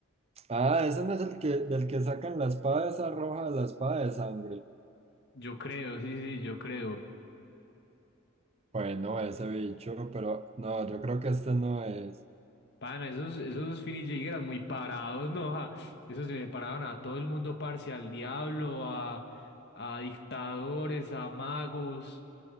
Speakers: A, on the right; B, on the left.
A: Ah, ese no es el que, del que sacan la espada esa roja, la espada de sangre.
B: Yo creo, sí, sí, yo creo.
A: Bueno, ese bicho, pero no, yo creo que este no es.
B: Pana, esos, esos Finis eran muy parados, ¿no? <laughs> ja. Esos se le paraban a todo el mundo, parce, al diablo, a, a dictadores, a magos.